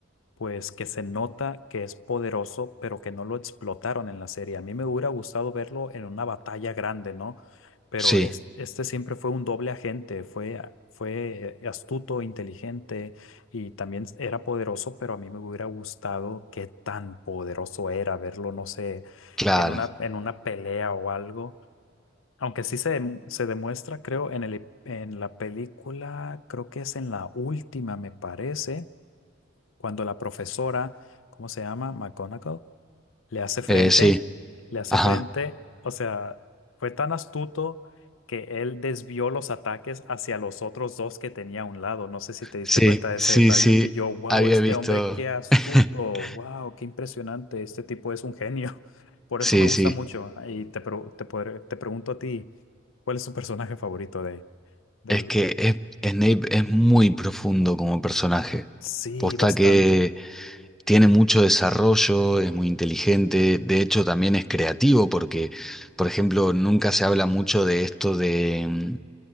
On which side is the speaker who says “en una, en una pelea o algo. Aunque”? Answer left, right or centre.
Left